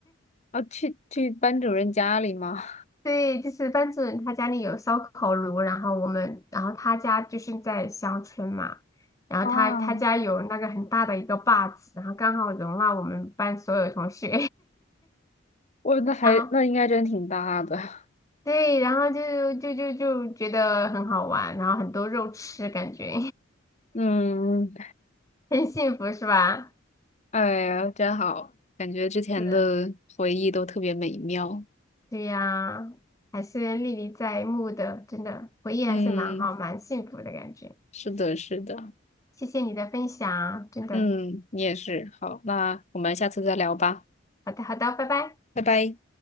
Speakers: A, on the left; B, on the left.
A: 啊，去去班主任家里吗？
B: 对，就是班主任他家里有烧烤炉，然后我们然后他家就是在乡村嘛，然后他他家有那个很大的一个坝子，
A: <laughs> 啊，
B: 然后刚好容纳我们班所有同学，
A: 我那还那应该真挺大的。
B: <laughs> 然后
A: <laughs>
B: 对，然后就就就就觉得很好玩，然后很多肉吃，感觉
A: 嗯，
B: <laughs> 很幸福，是吧？
A: 哎呀，真好，感觉之前的回忆都特别美妙。
B: 是。对呀，还是历历在目的，真的回忆还是蛮好，
A: 嗯，
B: 蛮幸福的感觉。
A: 是的，是的。
B: 谢谢你的分享，真的。
A: 嗯，你也是。好，那我们下次再聊吧，
B: 好的，好的，拜拜。
A: 拜拜。